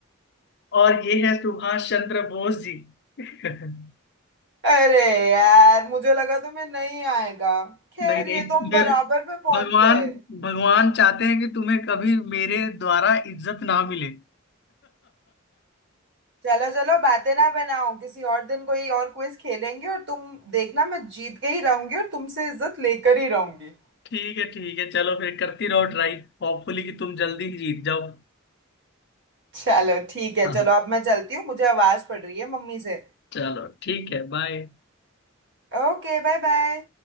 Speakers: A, on the left (about 55°); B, on the right (about 60°).
A: और ये है सुभाष चंद्र बोस जी <laughs> नहीं
B: अरे यार मुझे लगा तुम्हें नहीं आएगा खैर
A: नहीं
B: ये तो हम
A: मेरे
B: बराबर पे पहुंच
A: भगवान
B: गए
A: भगवान चाहते हैं कि तुम्हें कभी मेरे द्वारा इज्जत ना मिले <laughs>
B: चलो चलो बातें ना बनाओ किसी और दिन कोई और क्विज खेलेंगे और तुम देखना मैं जीत के ही रहूंगी और तुमसे इज्जत लेकर ही रहूंगी
A: ठीक है ठीक है चलो फिर करती रहो ट्राई होपफुली कि तुम जल्दी ही जीत जाओ
B: चलो ठीक है
A: हाँ
B: चलो अब मैं चलती हूँ मुझे आवाज पड़ रही है मम्मी से
A: चलो ठीक है बाय
B: Okay bye bye